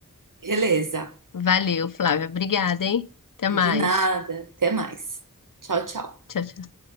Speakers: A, on the right; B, on the left.
A: Beleza,
B: Valeu, Flávia. Obrigada, hein? Até
A: de
B: mais.
A: nada, até mais. Tchau, tchau.
B: Tchau, tchau.